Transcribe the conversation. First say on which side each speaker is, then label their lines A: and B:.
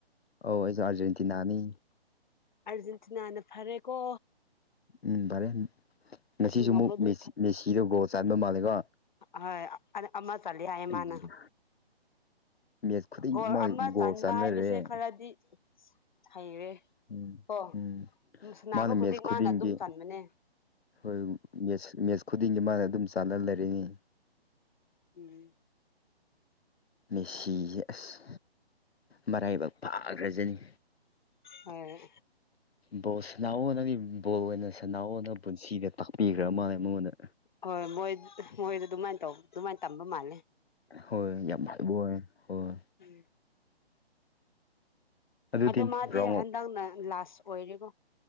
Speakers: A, on the left; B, on the left.
A: ꯑꯧ ꯑꯩꯁꯨ ꯑꯔꯖꯦꯟꯇꯤꯅꯥꯅꯤ
B: ꯑꯥꯔꯖꯦꯟꯇꯤꯅꯥꯅ ꯐꯔꯦꯀꯣ
A: ꯎꯝ ꯐꯔꯦ ꯉꯁꯤꯖꯨ
B: ꯑꯁ ꯉꯝꯃꯗꯤ
A: ꯑꯃꯨꯛ ꯃꯦꯁꯤ ꯃꯦꯁꯤꯗꯣ ꯒꯣꯜ ꯆꯟꯕ ꯃꯥꯜꯂꯦꯀꯣ
B: ꯍꯣꯏ ꯑ ꯑꯃ ꯆꯜꯂꯤ ꯍꯥꯏꯌꯦ
A: ꯑꯩꯒꯤ
B: ꯃꯥꯅ
A: ꯃꯦꯠꯁ ꯈꯨꯗꯤꯡꯃꯛ
B: ꯒꯣꯜ ꯑꯃ
A: ꯒꯣꯜ
B: ꯆꯟꯕ
A: ꯆꯥꯟꯅꯔꯦ
B: ꯍꯥꯏꯕꯁꯦ ꯈꯔꯗꯤ ꯍꯩꯔꯦ
A: ꯎꯝ
B: ꯀꯣ
A: ꯎꯝ
B: ꯁꯥꯟꯅꯕ
A: ꯃꯥꯅ ꯃꯦꯠꯁ
B: ꯈꯨꯗꯤꯡ
A: ꯈꯨꯗꯤꯡꯒꯤ
B: ꯃꯥꯅ ꯑꯗꯨꯝ ꯆꯟꯕꯅꯦ
A: ꯍꯣꯏ ꯃꯦꯠꯁ ꯃꯦꯠꯁ ꯈꯨꯗꯤꯡꯒꯤ ꯃꯥꯅ ꯑꯗꯨꯝ ꯆꯥꯟꯅ ꯂꯩꯔꯤꯅꯤ
B: ꯎꯝ
A: ꯃꯦꯁꯤꯖꯦ ꯑꯁ ꯃꯔꯥꯏꯕꯛ ꯐꯥꯒ꯭ꯔꯖꯅꯤ
B: ꯍꯣꯏ
A: ꯕꯣꯜ ꯁꯥꯟꯅꯧꯑꯣ ꯅꯪꯗꯤ ꯕꯣꯜ ꯑꯣꯏꯅ ꯁꯥꯟꯅꯧꯑꯣ ꯅ ꯄꯨꯟꯁꯤꯗ ꯇꯥꯛꯄꯤꯒ꯭ꯔ ꯃꯥꯜꯂꯦ ꯃꯉꯣꯟꯗ
B: ꯍꯣꯏ ꯃꯣꯏ ꯃꯣꯏꯗ ꯑꯗꯨꯃꯥꯏ ꯇꯧ ꯑꯗꯨꯃꯥꯏ ꯇꯝꯕ ꯃꯥꯜꯂꯦ
A: ꯍꯣꯏ ꯌꯥꯝꯍꯩꯕ <unintelligible> ꯍꯣꯏ
B: ꯎꯝ
A: ꯑꯗꯨꯗꯤ
B: ꯑꯗꯣ ꯃꯥꯗꯤ
A: ꯔꯥꯎꯟ ꯑꯣꯐ
B: ꯍꯟꯗꯛꯅ ꯂꯥꯁ ꯑꯣꯏꯔꯦꯀꯣ